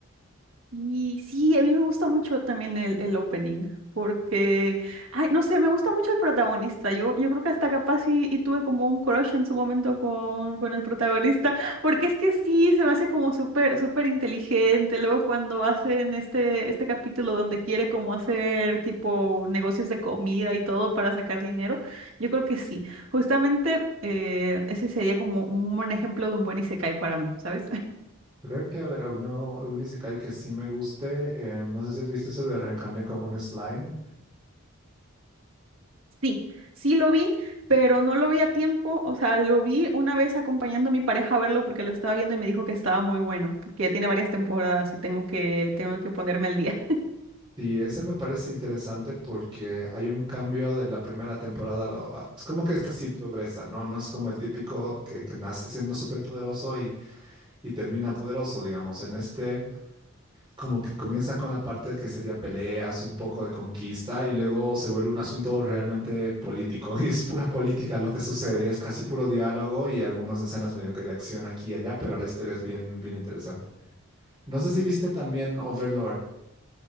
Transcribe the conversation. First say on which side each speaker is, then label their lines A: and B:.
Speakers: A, on the right; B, on the right.
A: Y sí, a mí me gusta mucho también el, el opening, porque, ay, no sé, me gusta mucho el protagonista. Yo, yo creo que hasta capaz y, y tuve como un crush en su momento con, con el protagonista, <laughs> porque es que sí, se me hace como súper, súper inteligente. Luego cuando hacen este, este capítulo donde quiere como hacer tipo negocios de comida y todo para sacar dinero, yo creo que sí. Justamente eh, ese sería como un buen ejemplo de un buen isekai para mí, ¿sabes?
B: Creo que, a ver, a uno, algún isekai que sí me guste. eh, no sé si has visto eso de reencarné como un slime.
A: Sí, sí lo vi, pero no lo vi a tiempo, o sea, lo vi una vez acompañando a mi pareja a verlo porque lo estaba viendo y me dijo que estaba muy bueno, que tiene varias temporadas y tengo que, tengo que ponerme al día.
B: Sí, ese me parece interesante porque hay un cambio de la primera temporada. a lo- a- es como que esta sí progresa, ¿no? No es como el típico que, que nace siendo súper poderoso y, y termina poderoso, digamos. En este como que comienza con la parte que sería peleas, un poco de conquista, y luego se vuelve un asunto realmente político, <laughs> y es pura política lo que sucede, y es casi puro diálogo y algunas escenas medio que de acción aquí y allá, pero la historia es bien, bien interesante. No sé si viste también Overlord.